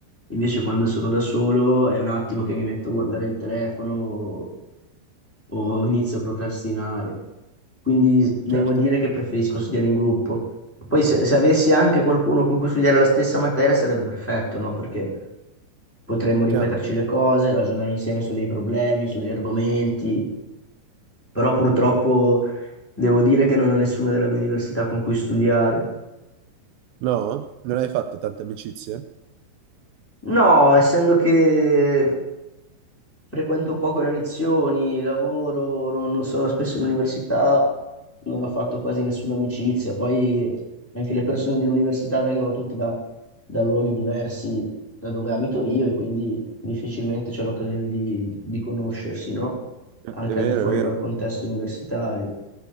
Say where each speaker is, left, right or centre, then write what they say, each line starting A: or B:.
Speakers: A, in the centre; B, on the right (about 80°).
A: Invece quando sono da solo è un attimo che mi metto a guardare il telefono o inizio a procrastinare quindi devo
B: Certo,
A: dire che preferisco studiare in gruppo. Poi se, se avessi anche qualcuno con cui studiare la stessa materia sarebbe perfetto, no? Perché potremmo ripeterci
B: chiaro.
A: le cose, ragionare insieme su dei problemi, su degli argomenti, però purtroppo devo dire che non ho nessuno della mia università con cui studiare.
B: No? Non hai fatto tante amicizie?
A: No, essendo che frequento poco le lezioni, lavoro, non, non sono spesso in università, non ho fatto quasi nessuna amicizia. Poi anche le persone dell'università vengono tutte da, da luoghi diversi da dove abito io e quindi difficilmente c'è l'occasione di, di conoscersi, no?
B: È
A: Anche
B: vero,
A: al di fuori
B: è vero.
A: dal contesto universitario.